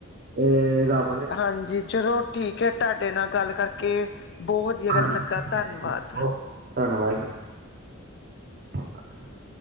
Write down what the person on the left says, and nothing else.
ਹਾਂਜੀ, ਚਲੋ ਠੀਕ ਹੈ, ਤੁਹਾਡੇ ਨਾਲ ਗੱਲ ਕਰਕੇ ਬਹੁਤ ਵਧੀਆ
ਲੱਗਾ
ਧੰਨਵਾਦ।